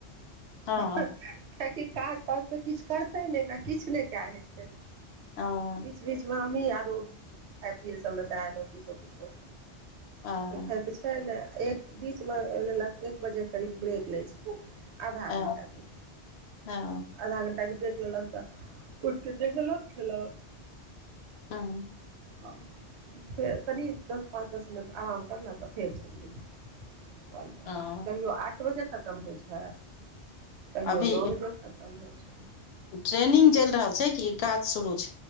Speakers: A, on the left; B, on the right.
A: हँ
B: किएकि काज ताज तऽ किछ करतै ने किछ नहि कए होइ छै फेर
A: हँ
B: बीच बीचमे हमही आरो खाय पियए सब दे एलहु किछो किछो
A: हँ
B: उठै तऽ छै ने एक बीचमे लेलक एक बजे करीब ब्रेक लै छै आधा
A: अ,
B: घंटा के
A: हाँ
B: आधा घंटा के देख लेलक तऽ उठ के देखलक खेलक
A: हाँ
B: आ, फेर कनि दस पाँच दस मिनट आराम करलकऽ फेर चलि गेल ल क
A: हाँ
B: कहियओ आठ बजे खत्म होइ छै कहियो
A: अभी
B: नओ बजे खतम होइ छै
A: ट्रेनिंग चलि रहल छै कि ई काज शुरू छै